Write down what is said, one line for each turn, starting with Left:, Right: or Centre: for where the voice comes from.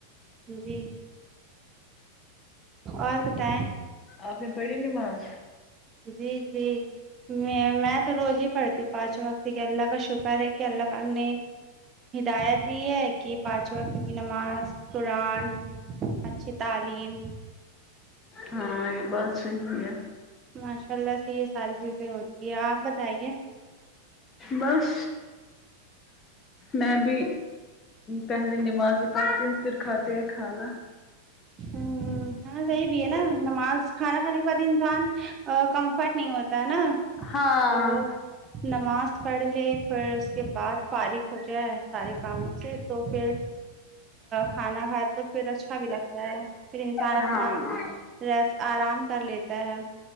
Right: جی اور بتائیں
Left: آپ نے پڑی نماز
Right: جی جی میں میں تو روز ہی پڑھتی ہوں پانچوں وقت کہ اللہ کا شکر ہے کہ اللہ پاک نے ہدایت دی ہے کہ پانچ وقت کی نماز قرآن اچھی تعلیم
Left: ہاں یہ بات صحی ہے
Right: ماشاء اللہ سے یہ ساری چیزیں ہوتی ہے آپ بتائیے
Left: بس میں بھی پہلے نماز ہی پڑھتی ہوں پھر کھاتے ہیں کھانا
Right: ہ ہاں ہاں صحی بھی ہے نا نماز کھانا کھانے کے بعد انسان کمفرٹ نہیں ہوتا ہے نا
Left: ہاں
Right: تو نماز پڑھ لے پھر اس کے بعد فارغ ہو جائے سارے کاموں سے تو پھر کھانا کھائے تو پھر اچھا بھی لگ تا ہے پھر انسان
Left: ہاں
Right: اپنا ریس آرام کر لیتا ہے